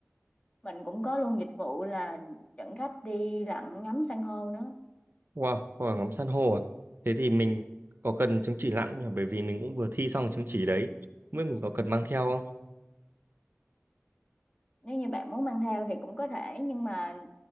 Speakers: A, on the left; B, on the right.
A: mình cũng có luôn dịch vụ là dẫn khách đi lặn ngắm san hô nữa
B: Wow, hoa ngắm san hô à? Thế thì mình có cần chứng chỉ lặn không nhỉ? Bởi vì mình cũng vừa thi xong chứng chỉ đấy. Mới mình có cần mang theo không?
A: nếu như bạn muốn mang theo thì cũng có thể nhưng mà